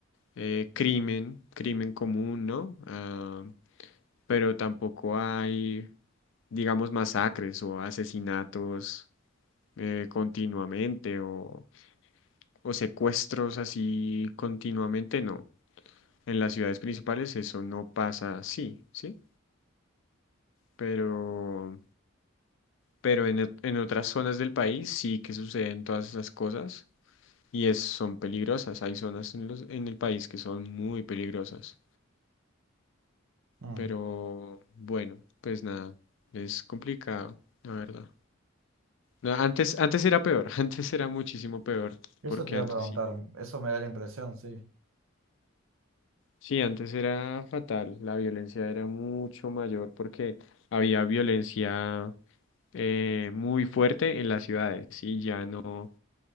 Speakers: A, on the left; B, on the right.
A: eh, crimen, crimen común, ¿no? Ah, pero tampoco hay, digamos, masacres o asesinatos eh, continuamente o, o secuestros así continuamente, no. En las ciudades principales eso no pasa así, ¿sí? Pero, pero en, ot- en otras zonas del país sí que suceden todas esas cosas y es, son peligrosas. Hay zonas en los, en el país que son muy peligrosas.
B: mm.
A: Pero bueno, pues nada, es complicado, la verdad. No, antes, antes era peor, <laughs> antes era muchísimo peor,
B: Eso
A: porque
B: te iba
A: antes
B: a preguntar,
A: sí.
B: eso me da la impresión, sí.
A: Sí, antes era fatal, la violencia era mucho mayor porque había violencia eh, muy fuerte en las ciudades y ya no,